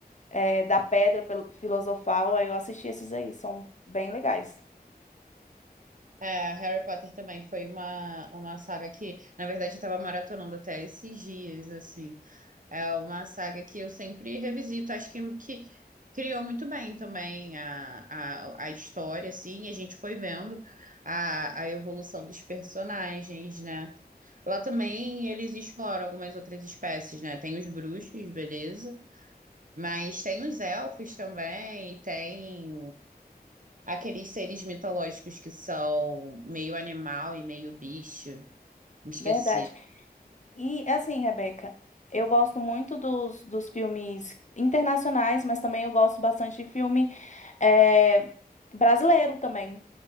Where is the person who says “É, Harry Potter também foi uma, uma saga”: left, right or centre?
Right